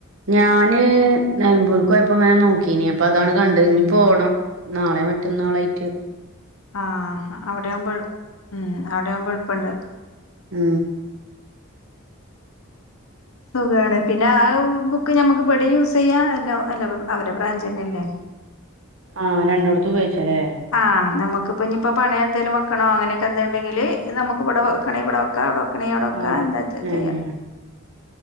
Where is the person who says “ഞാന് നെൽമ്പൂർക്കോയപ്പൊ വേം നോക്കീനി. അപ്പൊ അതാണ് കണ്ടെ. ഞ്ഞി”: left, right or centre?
Right